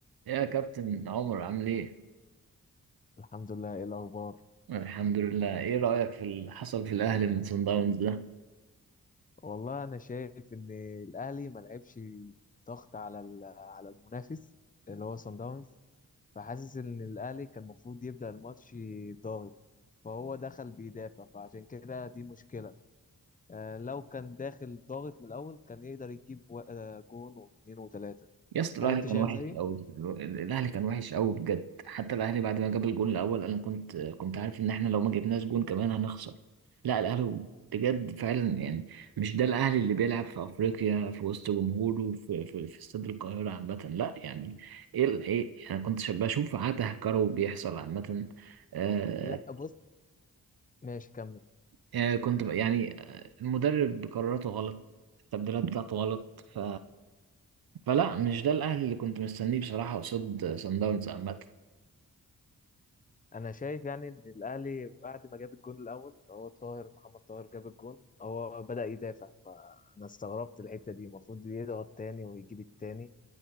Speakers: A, on the right; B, on the left.
A: يا كابتن عمر عامل ايه؟
B: الحمد لله ايه الاخبار
A: الحمد لله، ايه رأيك في اللي حصل في الأهلي من صن داونز ده؟
B: والله انا شايف ان الاهلي ما لعبش ضغط على ال- على المنافس اللي هو صن داونز فحاسس ان الاهلي كان المفروض يبدا الماتش ضاغط فهو دخل بيدافع فعشان كده دي مشكله آه، لو كان داخل ضاغط من الاول كان يقدر يجيب و- آه، جون واثنين وثلاثه
A: يا اسطى
B: هل
A: الأهلي
B: انت
A: كان
B: شايف
A: وحش
B: زيي
A: قوي، الأهلي كان وحش قوي بجد، حتى الأهلي بعد ما جاب الجون الأول أنا كنت كنت عارف إن إحنا لو ما جبناش جون كمان هنخسر، لا الأهلي بجد فعلا يعني مش ده الأهلي اللي بيلعب في أفريقيا في وسط جمهوره في في, في استاد القاهرة عامة، لا يعني ايه ال- ايه أنا كنت شا- بشوف عته كرو بيحصل عامة آه،
B: لا بص ماشي كمل
A: يعني كنت ب- يعني آه، المدرب قراراته غلط التبديلات بتاعته غلط ف... فلا مش ده الاهلي اللي كنت مستنيه بصراحة قصاد سان داونز عامة
B: انا شايف يعني ان الاهلي بعد ما جاب الجون الاول اللي هو طاهر محمد طاهر جاب الجون هو بدأ يدافع فانا استغربت الحتة دي المفروض يضغط تاني ويجيب التاني